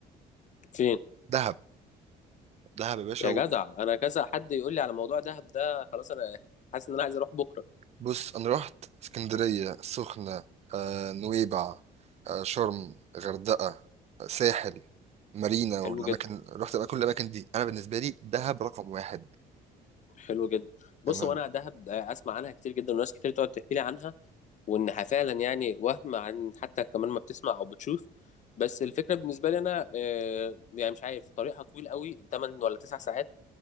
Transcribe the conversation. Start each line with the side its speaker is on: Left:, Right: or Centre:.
Left: فين
Right: دهب دهب يا باشا
Left: يا
Right: و...
Left: جدع انا كذا حد يقول لي على موضوع دهب ده خلاص انا <laughs> حاسس ان انا عايز اروح بكرة
Right: بص انا رحت اسكندريه السخنه آه، نويبع آه، شرم غردقه آه، ساحل مارينا
Left: حلو
Right: والاماكن
Left: جدا
Right: رحت بقى كل الاماكن دي انا بالنسبه لي دهب رقم واحد
Left: حلو جدا بص
Right: انا
Left: وانا دهب آه، اسمع عنها كتير جدا وناس كتير تقعد تحكي لي عنها وانها فعلا يعني وهم عن حتى كمان ما بتسمع او بتشوف بس الفكره بالنسبه لي انا آه، يعني مش عارف طريقها طويل قوي 8 ولا 9 ساعات